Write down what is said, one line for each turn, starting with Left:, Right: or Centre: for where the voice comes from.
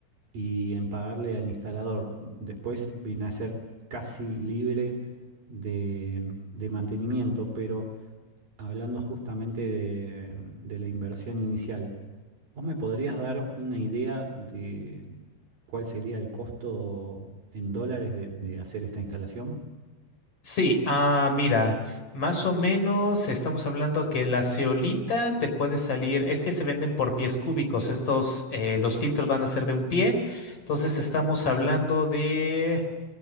Right: y en pagarle al instalador. Después viene a ser casi libre de, de mantenimiento, pero Hablando justamente de, de la inversión inicial, ¿vos me podrías dar una idea de cuál sería el costo en dólares de, de hacer esta instalación?
Left: Sí, ah, mira, más o menos estamos hablando que la ceolita te puede salir, es que se venden por pies cúbicos, estos, eh, los filtros van a ser de un pie, entonces estamos hablando de